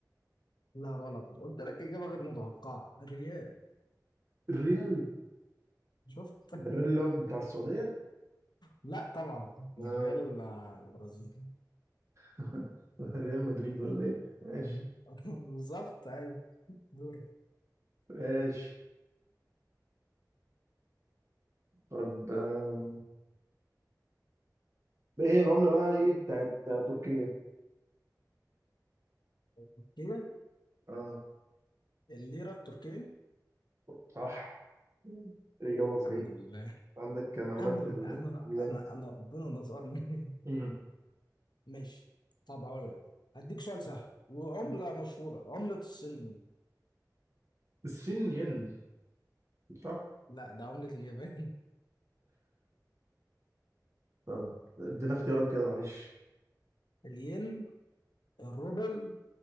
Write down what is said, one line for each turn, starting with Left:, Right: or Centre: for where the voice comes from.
Left: لا غلط قلت لك إجابة غير متوقعة الريال
Right: الريال
Left: شفت <laughs>
Right: الريال اللي هو بتاع السعودية
Left: لا طبعا
Right: آه،
Left: ده الريال البرازيلي
Right: <laughs> ريال مدريد ولا ايه ماشي
Left: مهم. <laughs> بالظبط ايوه دوري
Right: ماشي طب آم، ايه هي العملة بقى ايه بتاعت تركيا
Left: تركيا
Right: اه
Left: الليره التركيه
Right: صح إجابة صحيحة
Left: الحمد لله
Right: عندك معلومات
Left: الحمد
Right: في
Left: لله
Right: العملات
Left: انا ر- انا انا ربنا نصرني <laughs>
Right: مم.
Left: ماشي طب هقول لك هديك سؤال سهل وعمله مشهوره عمله الصين ايه؟
Right: الصين ين صح
Left: لا ده عمله اليابان
Right: طب ادينا اختيارات كده معلش
Left: <laughs> الين الروبل